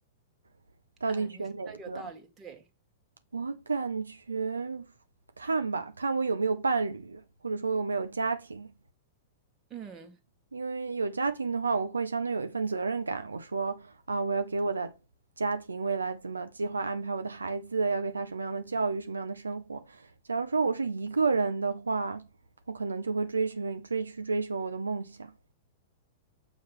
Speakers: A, on the right; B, on the right.
A: <laughs> 到底选哪个？
B: 嗯，你说的有道理，对，
A: 我感觉看吧，看我有没有伴侣，或者说我有没有家庭。
B: 嗯，
A: 因为有家庭的话，我会相对有一份责任感。我说啊，我要给我的家庭未来怎么计划安排我的孩子，要给他什么样的教育，什么样的生活。假如说我是一个人的话，我可能就会追求追去追求我的梦想。